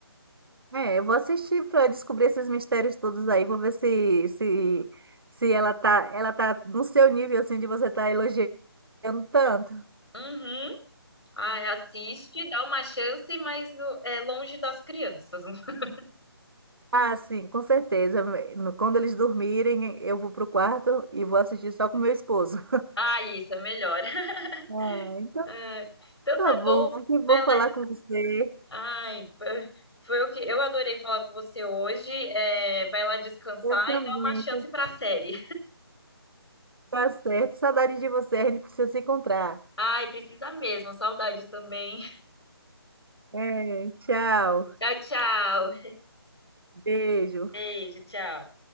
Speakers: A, on the right; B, on the left.
A: É, eu vou assistir para descobrir esses mistérios todos aí, vou ver se, se, se ela tá, ela tá no seu nível assim de você tá elogiando tanto.
B: Uhum. Ai, assiste, dá uma chance, mas o- é longe das crianças. <laughs>
A: Ah, sim, com certeza. No- Quando eles dormirem, eu vou pro quarto e vou assistir só com meu esposo.
B: Ah, isso é melhor. <laughs>
A: Ah, então
B: Ai, então
A: tá
B: tá
A: bom,
B: bom.
A: que bom
B: Vai lá.
A: falar
B: des-
A: com você.
B: Ai, foi foi o que eu adorei falar com você hoje. É, vai lá descansar
A: Eu também,
B: e dá uma chance pra série.
A: tá certo. Saudade de você, a gente precisa se encontrar.
B: Ai, precisa mesmo. Saudades também.
A: É, tchau,
B: <laughs> Tchau, tchau.
A: beijo.
B: Beijo, tchau.